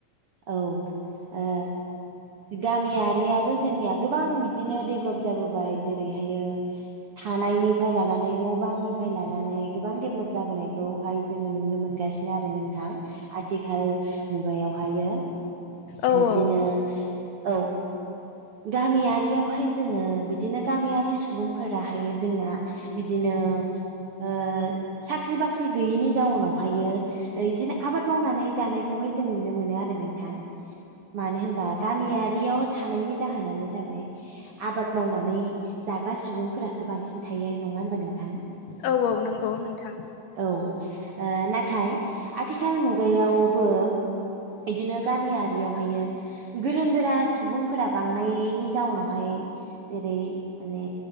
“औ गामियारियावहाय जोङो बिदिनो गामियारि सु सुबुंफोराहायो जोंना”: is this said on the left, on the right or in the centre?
Right